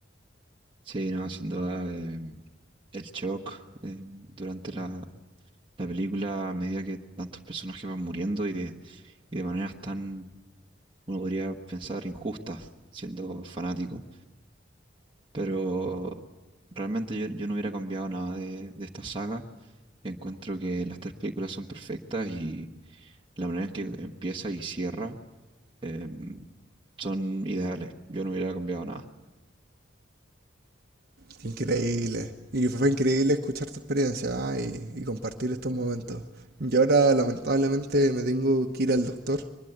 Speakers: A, on the right (about 25°); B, on the right (about 55°).
A: sí, no, sin duda em, el shock eh, durante la, la película a medida que tantos personajes van muriendo y de, y de maneras tan, uno podría pensar, injustas siendo fanático. Pero realmente yo, yo no hubiera cambiado nada de, de esta saga. Encuentro que las tres películas son perfectas y la manera en que empieza y cierra em, son ideales. Yo no hubiera cambiado nada.
B: Qué increíble. Y fue increíble escuchar tu experiencia, ¿ah? y, y compartir estos momentos. Yo ahora lamentablemente me tengo que ir al doctor.